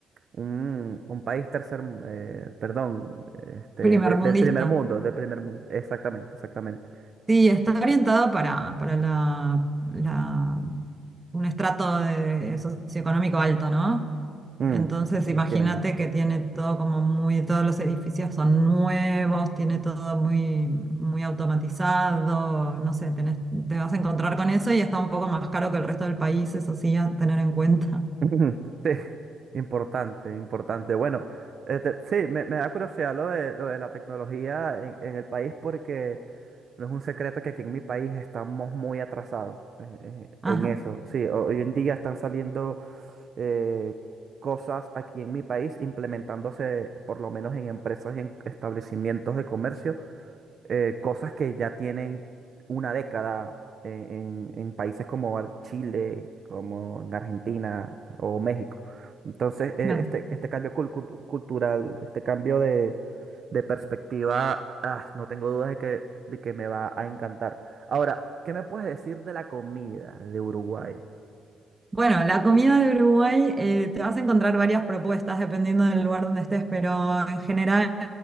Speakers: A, on the right; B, on the right.
A: Un, un país tercer, mu- eh, perdón, este,
B: primermundista.
A: de- del primer mundo, del primer mundo, exactamente, exactamente.
B: Sí, está orientada para, para la, la- un estrato de- socioeconómico alto, ¿no?
A: Mm,
B: Entonces, imagínate
A: entiendo.
B: que tiene todo como muy, todos los edificios son nuevos, tiene todo muy, muy automatizado, no sé, tenés- te vas a encontrar con eso y está un poco más caro que el resto del país, eso sí, a tener en cuenta.
A: <laughs> Ujú. Sí, importante, importante. Bueno, este, sí, me, me da curiosidad lo de, lo de la tecnología en, en el país porque no es un secreto que aquí en mi país estamos muy atrasados eh, eh,
B: <laughs> Ajá.
A: en eso. Sí, ho- hoy en día están saliendo eh, cosas aquí en mi país implementándose por lo menos en empresas y en establecimientos de comercio eh, cosas que ya tienen una década en, en- en países como Ar- Chile, como en Argentina o México. Entonces, eh,
B: claro.
A: este, este cambio cul- cultu- cultural, este cambio de, de perspectiva, ah, no tengo dudas de que, de que me va a encantar. Ahora, ¿qué me puedes decir de la comida de Uruguay?
B: Bueno, la comida de Uruguay, eh, te vas a encontrar varias propuestas dependiendo del lugar donde estés, pero en general,